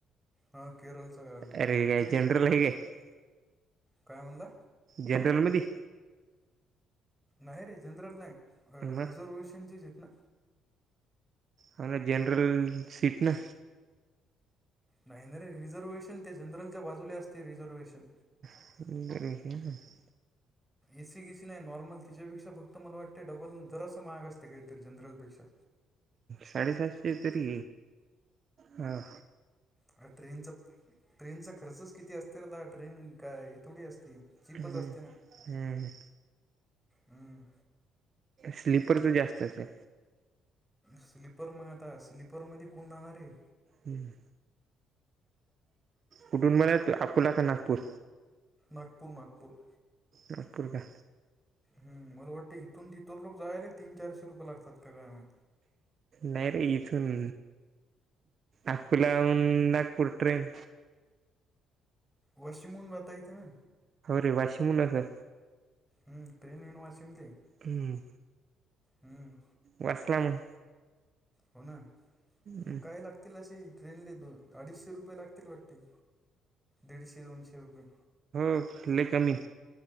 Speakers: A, in the centre; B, on the right (about 50°).
A: हा केरळचं गाव आहे
B: अरे
A: तिथंच
B: काय जनरल
A: आहे.
B: काय
A: कायलला.
B: जनरलमध्ये.
A: नाही रे जनरल नाही
B: मग
A: रिझर्वेशनचीचित ना.
B: हंग जनरल सीट न
A: नाही नाही रे रिझर्ववेहेशन ते जनरलच्या बाजूला असते रिझर्वे्हेशन.
B: ठी
A: एसी गिसी नाही नॉर्मल तिच्यापेक्षा फक्त मला वाटतें डबल जरासं महाग असते काहीतरी जनरलपेक्षा
B: साडेसातशे तरी हां
A: अ ट्रेनचा ट्रेनचा खर्चच किती असते र द ट्रेन काय ह थोडी असते. चीपच
B: हम्म
A: असते
B: हम्म.
A: हम्
B: स्लीपरच जास्त असेल..
A: स्लीपर मग आता स्लीपरमध्ये कोण जाणार आहे.
B: हम्म. कुठून म्हणा अकोला का नागपूर
A: नागपूर नागपूर.
B: नाग पुर का
A: हम मला वाटतं इथून तिथर लोक जायला तीन चारशे रुपये लागतात का ग
B: नाही रे इथून अकोलाून नागपूर ट्रेन
A: वशिमून बता येत ना.
B: रे वाशी मुखं
A: हम्म. ट्रेन येनवा सेम ते
B: हम्म.
A: हम्म.
B: यासला मग.
A: हो ना, मग
B: हम्म.
A: काय लागतील असे ट्रेनले दो अडीचशे रुपये लागतील वाटते. दीडशे दोनशे रुपये.
B: <unintelligible> कमी